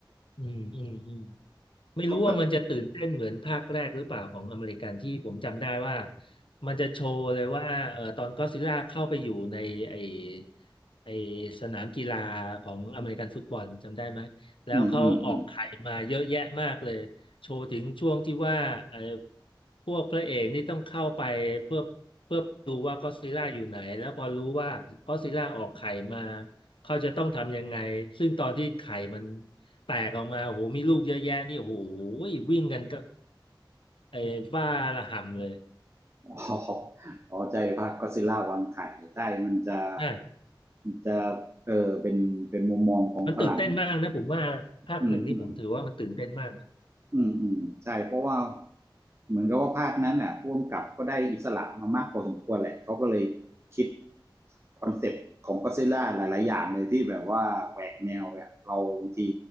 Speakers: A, on the left; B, on the right.
A: อืมอืมอืม ไม่รู้ว่ามันจะตื่นเต้นเหมือนภาคแรกหรือเปล่าของอเมริกันที่ผมจำได้ว่า
B: ก็แบบ
A: มันจะโชว์เลยว่าเอ่อตอนก็อดซิลล่าเข้าไปอยู่ในไอไอสนามกีฬาของอเมริกันฟุตบอลจำได้ไหมแล้วเขาออกไข่มาเยอะแยะมากเลยโชว์ถึงช่วงที่ว่าเอ่อ
B: อืมอืมอืม
A: พวกพระเอกนี่ต้องเข้าไปเพื่อเพื่อดูว่าก็อดซิลล่าอยู่ไหนแล้วพอรู้ว่าก็อดซิลล่าออกไข่มาเขาจะต้องทำยังไงซึ่งตอนที่ไข่มัน แตกออกมาโอ้โหมีลูกเยอะแยะนี่โอ้โหวิ่งกันก็ไอ้บ้าระห่ำเลย
B: อ๋อใจภาคก็อดซิลล่าวางไข่ใช่ มันจะ
A: ใช่
B: มันจะเออเป็นเป็นมุมมองของฝรั่ง
A: มันตื่นเต้นมากนะผมว่าภาคหนึ่งนี่ผมถือว่ามันตื่นเต้นมากนะ
B: อืมอืมอืมอืมอืมใช่ เพราะว่าเหมือนกับว่าภาคนั้นน่ะพ่วงกับก็ได้อิสระมามากพอสมควรแหละ เขาก็เลยคิดคอนเซปต์ของก็อดซิลล่าหลายๆ อย่างเลยที่แบบว่าแหวกแนวเนี่ยเราบางที